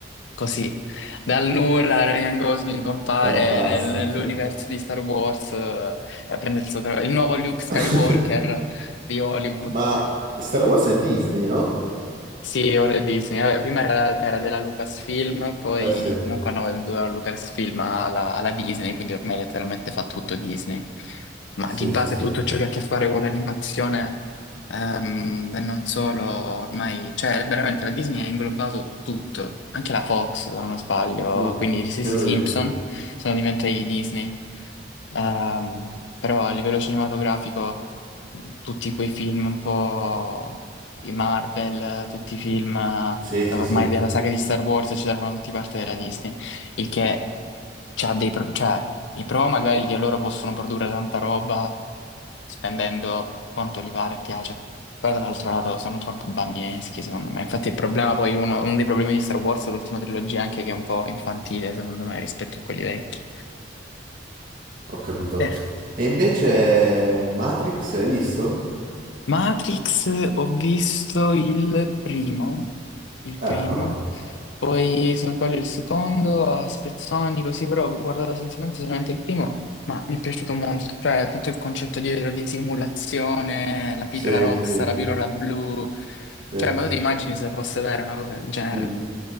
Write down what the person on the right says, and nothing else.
Fantastico.
<laughs>
Ma Star Wars è Disney, no?
Eh sì,
sì,
sì, sì.
Mm.
Credo
di sì.
Sì, sì,
sì, sì.
ho capito.
E invece Matrix l'hai visto?
Eh,
vabbè.
Sì,
sì, sì,
sì.
Mm.